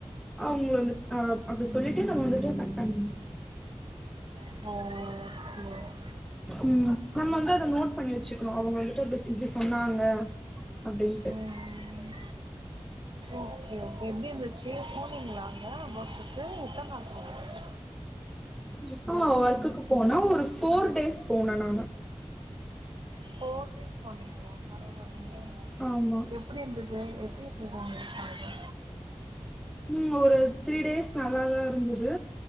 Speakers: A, in the centre; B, on the right.
A: ஆ உங்கள வந்துட் ஆ அப்டி சொல்லிட்டு நம்ம வந்துட்டு ஆ அ
B: ஓ ஓ
A: ம் நம்ம வந்து அத நோட் பண்ணி வச்சுக்கணு அவுங்க வந்துட்டு இப்ப இப்டி சொஞ்சு சொன்னாங்க அப்டின்ட்டு
B: ம் ஓகே ஓகே எப்டி இருந்துச்சு போனீங்களாங்க அங்க ஒர்க்கு எத்தன நாள் போனீங்க
A: இப்ப நா ஒர்க்குக்கு போனே ஒரு ஃபோர் டேஸ் போனே நானு
B: ஃபோர் டேஸ் போனீங்களா பரவால்லயே எப்
A: ஆமா
B: எப்டி இருந்தது எப்டி இருந்ததுங்க அதா
A: ம் ஒரு த்ரீ டேஸ் நல்லாதா இருந்தது